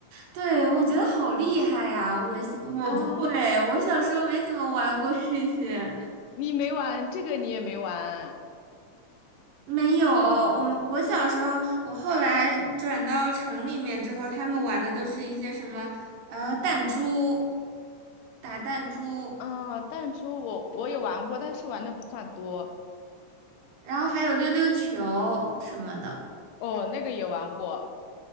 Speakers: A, on the right (about 75°); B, on the left (about 80°).
A: 对，我觉得好厉害呀！我我不会，
B: 啊。
A: 我小时候没怎么玩过这些。
B: 你没玩这个，你也没玩
A: 没有，我我小时候，我后来转到城里面之后，他们玩的都是一些什么呃弹珠、打弹珠，
B: 啊？弹珠我我也玩过，但是玩的不算多
A: 然后还有溜溜球什么的。
B: 哦。那个也玩过，